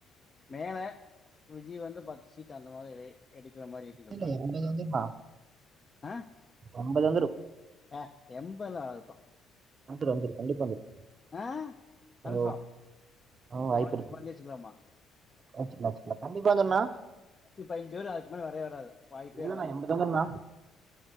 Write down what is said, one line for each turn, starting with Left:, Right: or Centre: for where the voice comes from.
Left: மேல விஜி வந்து பத்து சீட்டு அந்த மாதிரி எடுக்கிற மாரி இருக்கு சொல்றாங்க
Right: இல்ல எண்பது வந்துருண்ணா
Left: அ
Right: எண்பது வந்துரு
Left: ஏ எம்பதுல்லா வராதுப்பா
Right: வந்துரு வந்துரு கண்டிப்பா வந்துரு
Left: அ கன்ஃபாம்
Right: ஓ ஆ
Left: ச்ச
Right: வாய்ப்பு
Left: உனக்
Right: இருக்கு
Left: <inaudible> வெச்சுக்லாமா
Right: வச்சுக்கலா வச்சுக்கலா கண்டிப்பா வந்துருண்ணா
Left: நுத்தி பய்ஞ்சு வரு அதுக்கு மேல வரே வராது வாய்ப்பே
Right: இல்லண்ணா
Left: இல்ல
Right: எண்பது வந்துருண்ணா